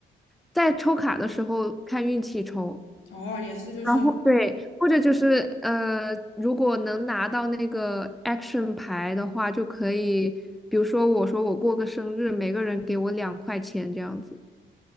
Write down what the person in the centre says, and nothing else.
在抽卡的时候看运气抽，
然后对，或者就是呃，如果能拿到那个 action 牌的话，就可以，比如说我说我过个生日，每个人给我两块钱这样子。